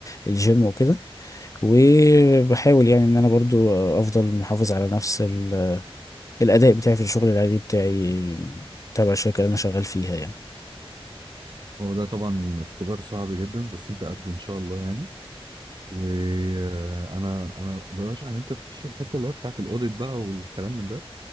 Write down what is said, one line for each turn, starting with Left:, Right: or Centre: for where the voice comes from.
Left: الجيم وكده وبحاول يعني ان انا برضو افضل محافظ على نفس ال- الاداء بتاعي في الشغل العادي بتاعي تبع الشركة اللي انا شغال فيها يعني
Right: هو ده طبعا اختبار صعب جدا بس انت قده ان شاء الله يعني وانا انا برشح ان انت تخش الحته اللي هي بتاعت الاوديت بقى والكلام من ده